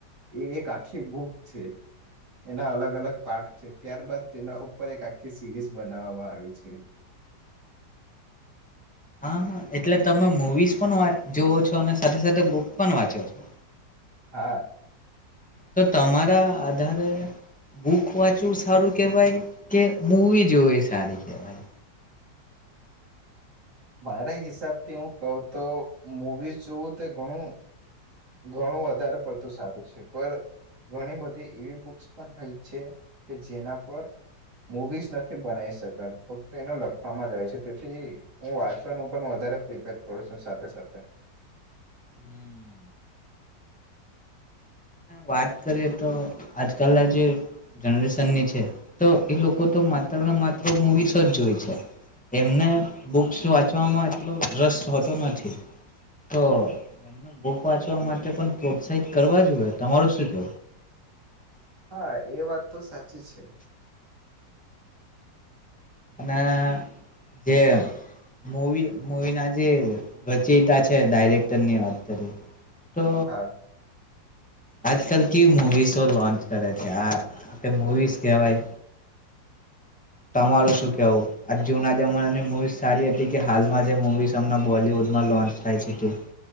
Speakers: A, on the right; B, in the centre.
A: એ એક આખી બુક છે, એના અલગ અલગ પાર્ટ છે ત્યારબાદ તેના ઉપર એક આખી સિરીઝ બનાવામાં આવી છે.
B: હાા એટલે તમે મૂવીઝ પણ વા જોવો છો અને સાથે સાથે બુક પણ વાંચ્યો છો
A: હા
B: તો તમારા આધારે બુક વાંચવું સારું કેહેવાય કે મુવી જોવી સારી કેહેવાય
A: મારા હિસાબથી હું કહું તો મુવીઝ જોવું તે ઘણું ઘણું વધારે પડતું સારું છે પણ ઘણી બધી ઈવી બુક્સ પણ હોય છે કે જેના પર મુવીઝ નથી બનાવી શક ફક્ત એને લખવામાં જાય છે તેથી હું વાંચવા વધારે પ્રિપેર કર છું સાથે સાથે
B: હમ વાત કરીએ તો આજકાલના જે જનરેશનની છે તો એ લોકો તો માત્ર ને માત્ર મૂવીસ જ જોય છે એમને બુક્સ વાંચવામાં એટલો રસ હોતો નથી તો એમને બુક વાંચવા માટે પણ પ્રોત્સાહિત કરવા જોઈએ તમારું શું છે
A: હા એ વાત તો સાચી છે
B: અને જે મવી મવી ના જે રચેતા છે ડાયરેક્ટરની વાત કરી તો
A: હા
B: આજકાલ કેવી મુવીસો લોન્ચ કરે છે આ આપે મુવીઝ કહેવાય તમારું શું કેવું આ જુના જમાનાની મુવીઝ સારી હતી કે હાલમાં જે મુવીઝમ બોલવુડમાં લોન્ચ થાય છે તે